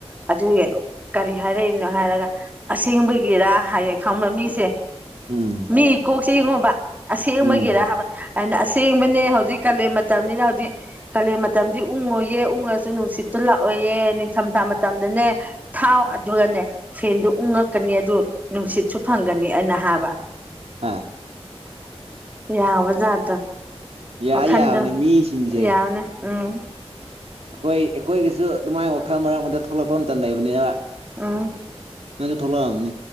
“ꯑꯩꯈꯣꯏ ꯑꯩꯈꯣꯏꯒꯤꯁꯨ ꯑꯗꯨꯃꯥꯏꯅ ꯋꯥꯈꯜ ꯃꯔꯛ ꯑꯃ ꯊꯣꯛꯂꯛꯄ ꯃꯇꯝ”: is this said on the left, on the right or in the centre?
Right